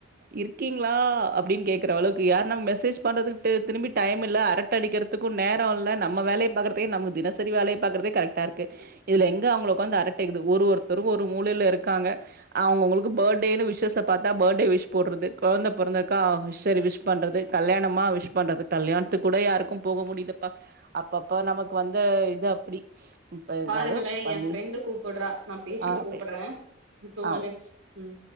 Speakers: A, on the right (about 45°); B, on the right (about 75°).
A: இருக்கீங்ளா அப்டின்னு கேக்குற அளவுக்கு யார்ரு நம்ம மெசேஜ் பண்றதுக்கு ட்டு திருப்பி டைம் இல்ல அரட்ட அடிக்கிறதுக்கு நேரோ இல்ல நம்ம வேலய பாக்குறத்துக்கே நமக்கு தினசரி வேலைய பாக்கறதே கரெக்ட்டா இருக்கு இதுல எங்க அவுங்கள வந்து அரட்டைக்குது ஒரு ஒருத்தருக்கு ஒரு மூலையில இருக்காங்க அவுங்கவுங்களுக்கு பர்த்டேன்னு விஷேஷ்ச பாத்தா பர்த்டே விஷ் போடுறது கொழந்த பிறந்துருக்கா சரி விஷ் விஷ் பண்றது கல்யாணமா விஷ் பண்றது கல்யாணத்துக்கு கூட யாருக்கு போக முடிலப்பா அப்பெப்ப நமக்கு வந்து இது அப்டி இப்ப
B: பாருங்களே
A: ஏதாவது பண்ணி
B: ஏ ஃப்ரெண்டு கூப்பிறா நா பேசிட்டு
A: ஆ
B: கூப்பிறா
A: பே-
B: டூ
A: ஆ
B: மினிட்ஸ் ம்